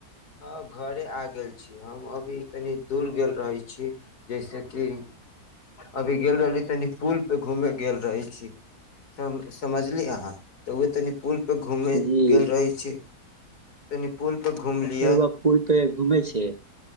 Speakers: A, on the left; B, on the right.
A: हँ घरे आ गेल छी। हम अभी तनी दूर गेल रही छी। जैस किि अभी गेल रहली तनी पुल पे घूमे गेल रहे छी। समझलिय अहाँ तऽ उह तनी पुल प घूमै
B: जी
A: गेल रहैत छी। तनी पुल परे घूमली
B: र ब कूल घुमे छै।